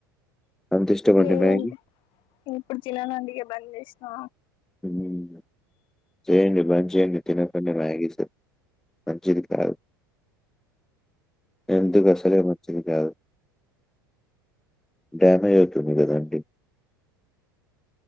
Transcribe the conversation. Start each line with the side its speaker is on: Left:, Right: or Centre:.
Centre: అంత ఇష్టమండి
Left: లేదండి
Centre: మ్యాగీ
Left: నేను ఇప్పుడు తిననండి బంద్ చేసినా
Centre: <inaudible> చేయండి బంద్ చేయండి మ్యాగిస్ మంచిది కాదు హెల్త్కి అసలే మంచిది కాదు డ్యామేజ్ అవుతుంది కదండి